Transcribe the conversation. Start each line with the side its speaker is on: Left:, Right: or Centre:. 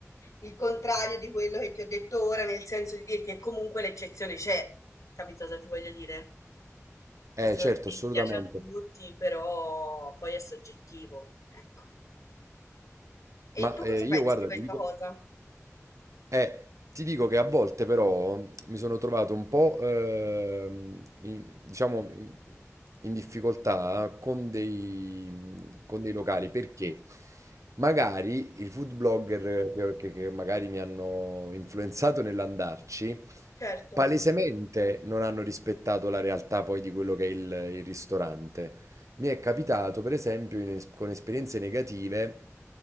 Left: il contrario di quello che ti ho detto ora, nel senso di dirti che comunque l'eccezione c'è, capito cosa ti voglio dire? Che
Right: Eh,
Left: secondo
Right: certo,
Left: me
Right: assolutamente.
Left: piace a tutti, però poi è soggettivo, ecco.
Right: Ma
Left: E tu
Right: eh,
Left: cosa pensi
Right: io guarda,
Left: di questa
Right: ti dico...
Left: cosa?
Right: Eh, ti dico che a volte però mi sono trovato un po', ehm, in, diciamo, in, in difficoltà con dei, con dei locali perché magari il food blogger che, che- che magari mi hanno influenzato nell'andarci,
Left: Certo.
Right: palesemente non hanno rispettato la realtà poi di quello che è il, il ristorante. Mi è capitato, per esempio, in es- con esperienze negative,